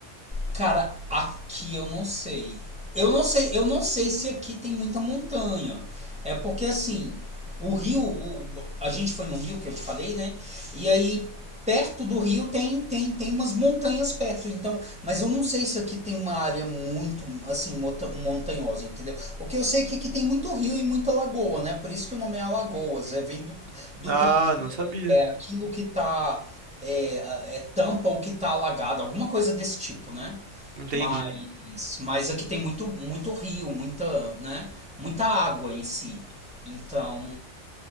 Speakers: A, in the centre; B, on the right.
A: Cara, aqui eu não sei. Eu não sei, eu não sei se aqui tem muita montanha. É porque assim, o rio, o- a gente foi no rio que eu te falei, né? E aí perto do rio tem tem tem umas montanhas perto, então, mas eu não sei se aqui tem uma área muito assim montanhosa, entendeu? O que eu sei é que aqui tem muito rio e muita lagoa, né? Por isso que o nome é Alagoas, é vem do, do
B: Ah, não sabia.
A: É aquilo que tá. É, é é tampa o que tá alagado, alguma coisa desse tipo, né?
B: Entendi.
A: Mas, mas aqui tem muito, muito rio, muita, né? Muita água em si. Então,